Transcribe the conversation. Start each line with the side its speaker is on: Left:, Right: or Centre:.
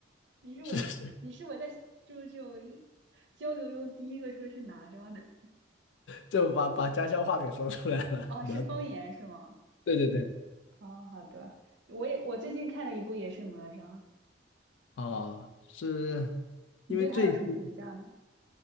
Right: 你是我，
Left: 是是，
Right: 你是我在就是这种交流中第一个说是哪吒的。
Left: 就把把家乡话给说出来了。
Right: 哦，
Left: 哪吒，
Right: 是方言是吗？
Left: 对对对。
Right: 哦，好的。我也我最近看了一部也是哪吒，
Left: 哦，是
Right: 你对他有什么评价吗？
Left: 因为最近